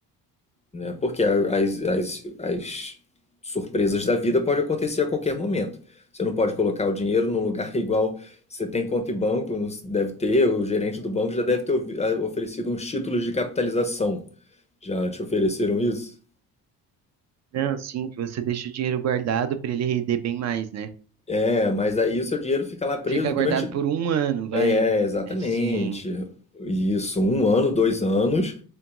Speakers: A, on the left; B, on the right.
A: né? Porque as, as, as surpresas da vida podem acontecer a qualquer momento. Você não pode colocar o dinheiro num lugar <laughs> igual você tem conta em banco, não se- deve ter, o gerente do banco já deve ter ouvi- ah, oferecido uns títulos de capitalização já te ofereceram isso?
B: Não, sim, que você deixa o dinheiro guardado para ele render bem mais, né?
A: É, mas aí o seu dinheiro fica lá preso
B: Fica guardado
A: durante.
B: por um ano, vai.
A: É, exatamente.
B: Assim,
A: Isso, um ano, dois anos.